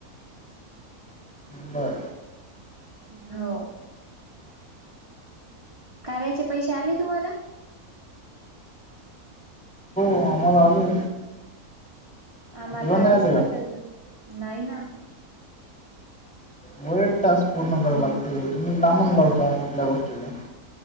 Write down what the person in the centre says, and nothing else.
बर
आम्हा आले.
तुला
आले
का
वेळट टास्क पूर्ण कराव लागते तुम्ही लांबून लावता कुठल्या गोष्टीला.